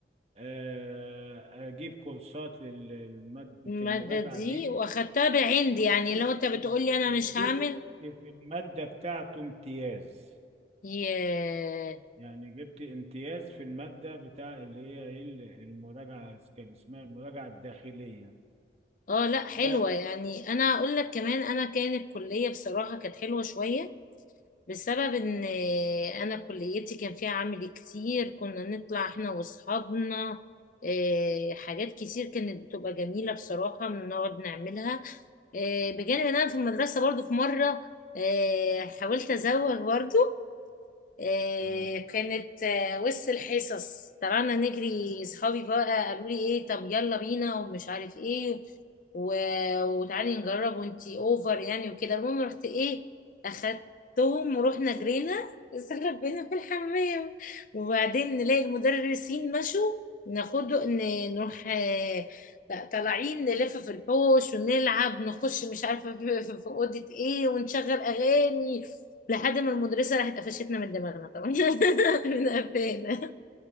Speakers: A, on the right (about 35°); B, on the left (about 45°).
A: آه، اجيب كورسات لل- لمادة
B: المادة
A: المراجعة
B: دي
A: دي
B: واخدتها بعندي
A: وجبت
B: يعني لو انت بتقولي انا
A: وجبت
B: مش هعمل
A: في المادة بتاعته امتياز
B: ياه
A: يعني جبت امتياز في المادة بتاع اللي هي ايه ال- المراجعة كان اسمها المراجعة الداخلية
B: اه لا حلوة
A: ف-
B: يعني انا اقول لك كمان انا كانت كلية بصراحة كانت حلوة شوية بسبب ان انا كليتي كان فيها عمل كتير كنا نطلع احنا واصحابنا إيه، حاجات كتير كانت بتبقى جميلة بصراحة بنقعد نعملها إيه، بجانب ان انا في المدرسة برضو في مرة إيه، حاولت ازوغ برضو آه،
A: اه
B: كانت آه، وسط الحصص طلعنا نجري صحابي بقى قالوا لي ايه طب يلا بينا ومش عارف ايه و... وتعالي نجرب وانتي اوفر يعني وكده المهم رحت ايه اخدتهم ورحنا جرينا استخبينا في الحمام وبعدين نلاقي المدرسين مشوا ناخد ن- نروح آه، طالعين نلف في الحوش ونلعب نخش مش عارفه في في- في اوضه ايه ونشغل اغاني لحد ما المدرسة راحت قفشتنا من دماغنا طبعا <laughs> من قفانا